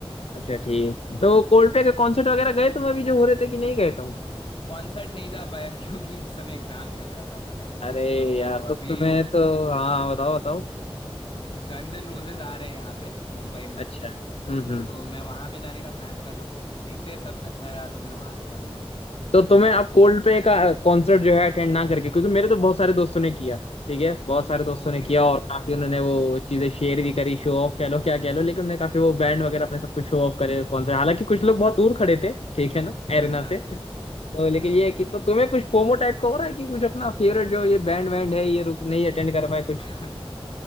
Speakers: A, on the left; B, on the left.
A: अच्छा ठीक तो कोल्ड प्ले के कॉन्सर्ट वगैरह गए तुम अभी जो हो रहे थे कि नहीं गए तुम
B: कॉन्सर्ट नहीं जा पाया <laughs> क्योंकि उस समय एग्ज़ाम चल रहा था मेरा
A: अरे
B: तो
A: यार तो
B: अभी
A: तुम्हें तो हाँ बताओ बताओ
B: गन्स एंड रोजेज आ रहे हैं यहाँ पे मुंबई में
A: अच्छा हम्म हम्म
B: तो मैं वहाँ पे जाने का प्लान कर रहा हूँ देखते हैं सब अच्छा रहा तो मैं वहाँ पे जाऊँगा
A: तो तुम्हें अब कोल्डप्ले का कॉन्सर्ट जो है अटेंड ना करके क्योंकि मेरे तो बहुत सारे दोस्तों ने किया ठीक है बहुत सारे दोस्तों
B: Okay
A: ने किया और
B: okay
A: काफी उन्होंने वो चीजें शेयर भी करी शो ऑफ कह लो क्या कह लो लेकिन उन्होंने काफी वो बैंड वगैरह अपने सब कुछ शो ऑफ करे कॉन्सर्ट हालांकि कुछ लोग बहुत दूर खड़े थे ठीक है ना एरिना
B: हाँ
A: से
B: जी हाँ जी हाँ जी
A: तो लेकिन
B: हाँ
A: ये है कि
B: हाँ
A: तो
B: जी
A: तुम्हें कुछ फोमो टाइप का हो रहा है कि कुछ अपना फेवरेट जो ये बैंड वैंड है ये रुक नहीं अटेंड कर पाए कुछ
B: <laughs>